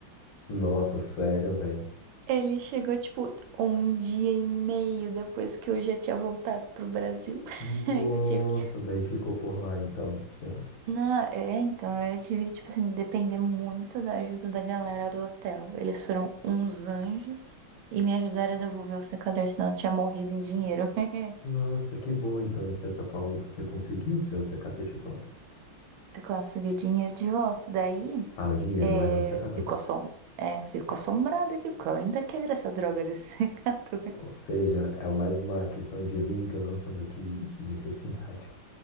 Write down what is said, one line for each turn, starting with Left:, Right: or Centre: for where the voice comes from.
Left: Nossa, sério, velho.
Right: Ele chegou, tipo, um dia e meio depois que eu já tinha voltado pro Brasil. <laughs>
Left: Nossa,
Right: Aí eu tive que.
Left: daí ficou por lá, então, sei lá.
Right: Não, é, então, eu tive que, tipo assim, depender muito da ajuda da galera do hotel. Eles foram uns anjos e me ajudaram a devolver o secador, senão eu tinha morrido em dinheiro. <laughs>
Left: Nossa, que bom, então, de certa forma, você conseguiu o seu secador de volta.
Right: Eu consegui o dinheiro de volta. Daí,
Left: Ah, o dinheiro,
Right: é,
Left: mas não o secador.
Right: ficou assom... é, fico assombrada aqui, porque eu ainda quero essa droga desse <laughs> secador.
Left: Ou seja, é mais uma questão de vingança do que de necessidade.